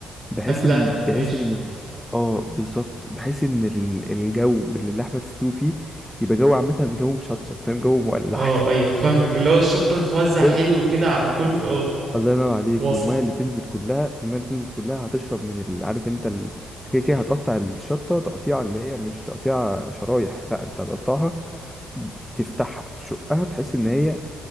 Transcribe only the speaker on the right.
قبلها
ماشي
آه أيوه فاهمك اللي هو الشطة تتوزع
حلو كده على الكل آه
واصلة